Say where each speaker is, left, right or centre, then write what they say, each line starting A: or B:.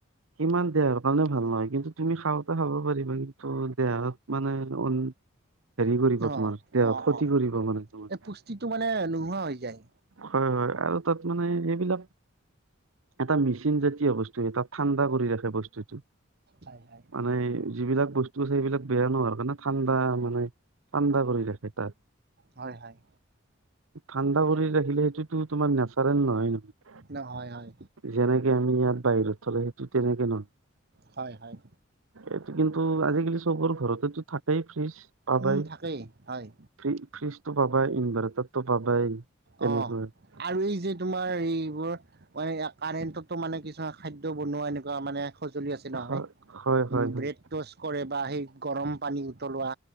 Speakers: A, on the right; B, on the right.
A: কিমান দেহৰ কাৰণে ভাল নহয়, কিন্তু তুমি খাওঁতে খাব পাৰিবা কিন্তু দেহত মানে হেৰি কৰিব
B: অ',
A: তোমাৰ দেহত
B: অ',
A: ক্ষতি
B: অ',
A: কৰিব মানে তোমাৰ
B: এই পুষ্টিটো মানে নোহোৱা হৈ যায়।
A: হয় হয় আৰু তাত মানে এইবিলাক এটা মিচিন জাতীয় বস্তু তাত ঠাণ্ডা কৰি ৰাখে বস্তুটো
B: হয়, হয়,
A: মানে যিবিলাক বস্ তো সেইবিলাক বেয়া নোহোৱাৰ কাৰণে ঠাণ্ডা মানে ঠাণ্ডা কৰি ৰাখে তাত
B: হয়, হয়,
A: ঠাণ্ডা
B: তাকে
A: কৰি ৰাখিলে সেইটো তোমাৰ নেচা নেচাৰেল নহয় নহয়
B: নহয় হয়
A: যেনেকে আমি ইয়াত বাহিৰত থলে সেইটো তেনেকে ন
B: হয় হয়
A: এইটো কিন্তু আজিকালি চবৰে ঘৰতেতো থাকেই ফ্ৰিজ পাবাই
B: উম, থাকেই হয়।
A: ফ্ৰি -ফ্ৰিজটো পাবাই, ইনভাৰ্টাৰটো পাবাই। তেনেকুৱা
B: অ আৰু এই যে তোমাৰ এইবোৰ মানে ইয়াত কাৰেণ্টতো মানে কিছুমান খাদ্য বনোৱা এনেকুৱা মানে সঁজুলি আছে নহয়।
A: হয় হয় হয়
B: উম
A: হয়
B: ব্ৰেড টচ কৰে বা সেই গৰম পানী উতলোৱা